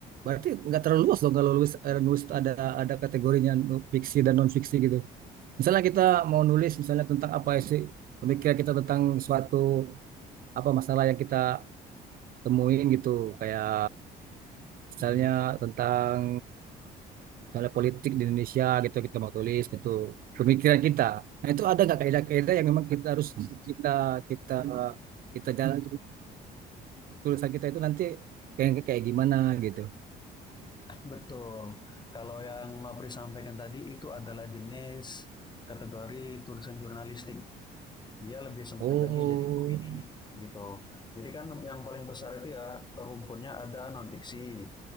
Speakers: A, on the right; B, on the left.
A: berarti nggak terlalu luas dong kalau nulis eh, nulis ada ada kategorinya nu- fiksi dan non fiksi gitu. Misalnya kita mau nulis misalnya tentang apa sih pemikiran kita tentang suatu apa masalah yang kita temuin gitu kayak misalnya
B: Mhm.
A: tentang misalnya politik di Indonesia gitu kita mau tulis gitu pemikiran kita nah itu ada nggak kaidah-kaidah yang memang kita harus kita kita kita jalan tulisan kita itu nanti kayak kayak gimana gitu.
B: Betul. Kalau yang Nopri sampaikan tadi itu adalah jenis kategori tulisan jurnalistik. Dia lebih sempit
A: Oh,
B: lagi jadi opini gitu. Jadi kan yang paling besar itu ya rumpunnya ada non fiksi.